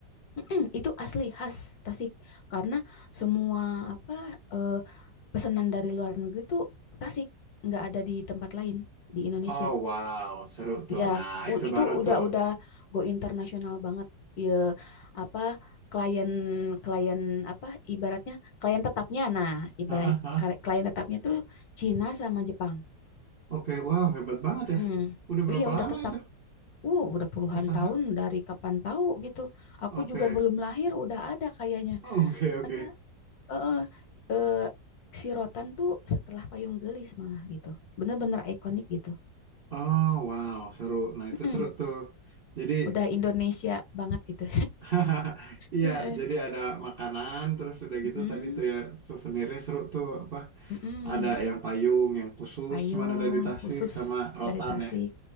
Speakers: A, on the left; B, on the right.
A: Mm-mm, itu asli khas Tasik karena semua apa eh, pesanan dari luar negeri tuh Tasik, nggak ada di tempat lain di Indonesia.
B: Oh, wow, seru tuh.
A: Ya,
B: Nah,
A: u-
B: itu
A: itu
B: baru
A: udah
B: tuh.
A: udah go internasional banget. Ya, apa klien klien apa ibaratnya klien tetapnya. Nah, ibarat
B: Ah, ah, ah.
A: kare- klien tetapnya tuh Cina sama Jepang.
B: Oke, wow, hebat banget ya.
A: Mm.
B: Udah berapa
A: Iya, udah
B: lama
A: tetap.
B: itu
A: Wow, udah puluhan
B: usaha?
A: tahun dari kapan tahu gitu. Aku
B: Oke,
A: juga belum lahir udah ada kayaknya.
B: oke,
A: Soalnya
B: oke.
A: eh eh si Rotan tuh setelah Payung Gelis malah gitu. Bener-bener ikonik gitu.
B: Oh, wow, seru. Nah, itu
A: Mm-mm.
B: seru tuh. Jadi
A: Udah Indonesia banget gitu.
B: <laughs> Iya,
A: <laughs>
B: jadi ada makanan, terus udah
A: Mm-mm,
B: gitu tadi tuh ya souvenirnya seru tuh apa?
A: mm-mm.
B: Ada yang payung, yang khusus,
A: Payung
B: cuman ada di Tasik
A: khusus
B: sama rotan
A: dari Tasik,
B: ya.